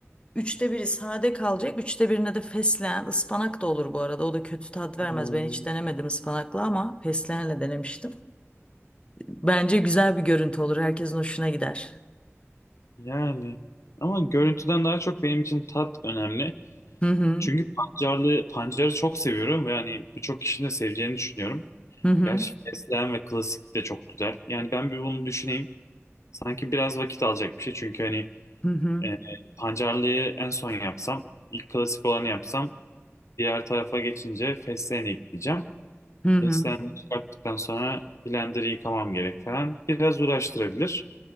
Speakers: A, on the left; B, on the left.
A: Üçte biri sade kalacak. Üçte birine de fesleğen, ıspanak da olur bu arada. O da kötü tat vermez.
B: Hmm.
A: Ben hiç denemedim ıspanaklı ama fesleğenle denemiştim. Bence güzel bir görüntü olur. Herkesin hoşuna gider.
B: Yani ama görüntüden daha çok benim için tat önemli.
A: Hı hı.
B: Çünkü pancarlı pancarı çok seviyorum ve hani birçok kişinin de seveceğini düşünüyorum.
A: Hı hı.
B: Gerçi fesleğen ve klasik de çok güzel. Yani ben bir bunu düşüneyim. Sanki biraz vakit alacak bir şey. Çünkü hani
A: Hı hı.
B: e, pancarlıyı en son yapsam, ilk klasik olanı yapsam, diğer tarafa geçince fesleğeni ekleyeceğim.
A: Hı hı.
B: Fesleğeni çıkarttıktan sonra blender'ı yıkamam gerek falan. Biraz uğraştırabilir.